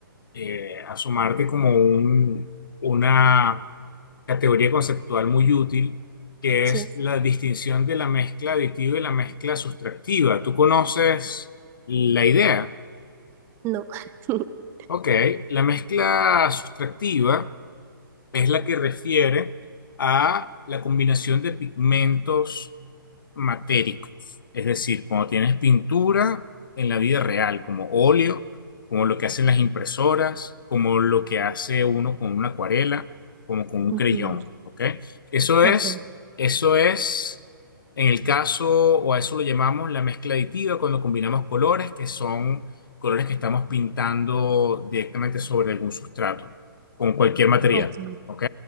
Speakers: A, on the left; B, on the right.
A: eh, asomarte como un- una categoría conceptual muy útil, que
B: Sí,
A: es la distinción de la mezcla aditiva y la mezcla sustractiva. ¿Tú conoces la idea?
B: no. <laughs>
A: Ok, la mezcla sustractiva es la que refiere a la combinación de pigmentos matéricos, es decir, cuando tienes pintura en la vida real, como óleo, como lo que hacen las impresoras, como lo que hace uno con una acuarela, como con un
B: Ujú,
A: creyón, ¿ok? Eso
B: Ok,
A: es, eso es, en el caso, o a eso lo llamamos la mezcla aditiva, cuando combinamos colores que son colores que estamos pintando directamente sobre algún sustrato, con cualquier material,
B: ok,
A: ¿ok?